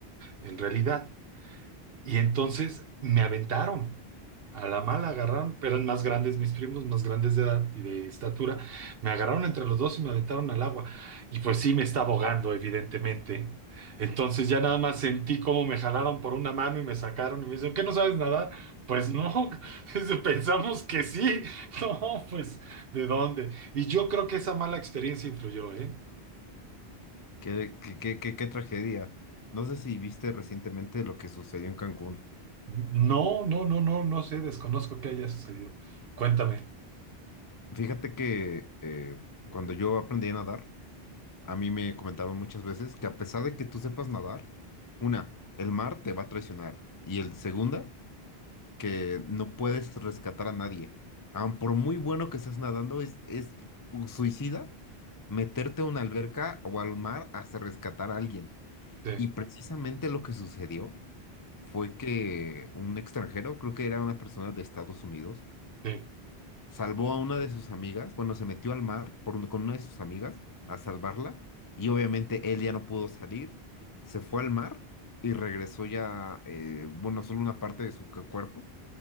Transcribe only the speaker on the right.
en realidad. Y entonces me aventaron. A la mala agarraron, pero eran más grandes mis primos, más grandes de edad y de estatura. Me agarraron entre los dos y me aventaron al agua. Y pues sí, me estaba ahogando, evidentemente. Entonces ya nada más sentí cómo me jalaron por una mano y me sacaron y me dicen, ¿qué no sabes nadar? Pues no, <laughs> Dice, pensamos que sí. <laughs> No, pues, ¿de dónde? Y yo creo que esa mala experiencia influyó, ¿eh?
No, no, no, no, no sé, desconozco qué haya sucedido. Cuéntame.
Sí,
sí.